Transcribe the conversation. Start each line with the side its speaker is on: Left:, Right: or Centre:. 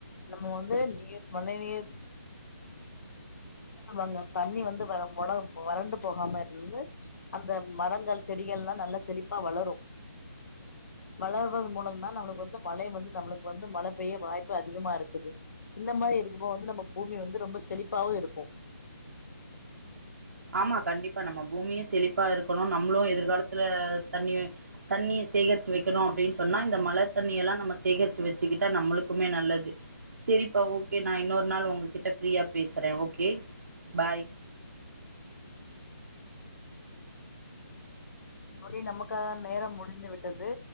Left: நம்ம வந்து நீர் மழை நீர் என்ன சொல்வாங்க தண்ணி வந்து வற கொடம் வறண்டு போகாம இருந்து அந்த மரங்கள் செடிகள்ல்லா நல்ல செழிப்பா வளரு வளர்வதன் மூலம்தா நம்மளுக்கு வந்து மழையும் வந்து நம்மளுக்கு வந்து மழை பெய்ய வாய்ப்பு அதிகமா இருக்குது இந்த மாதிரி இருக்கப்போ வந்து நம்ம பூமி வந்து ரொம்ப செழிப்பாவு இருக்கு
Right: ஆமா கண்டிப்பா நம்ம பூமியு செழிப்பா இருக்கணு நம்மளு எதிர்காலத்துல தண்ணி தண்ணிய சேகரிச்சு வைக்கணு அப்டின் சொன்னா இந்த மழ தண்ணியெல்லா நம்ம சேகரிச்சு வச்சுக்கிட்டா நம்மளுக்குமே நல்லது சேரிப்பா ஓகே நா இன்னொரு நாள் உங்ககிட்ட ஃப்ரீயா பேசுற ஓகே பாய்
Left: தோழி நமக்கான நேரம் முடிந்துவிட்டது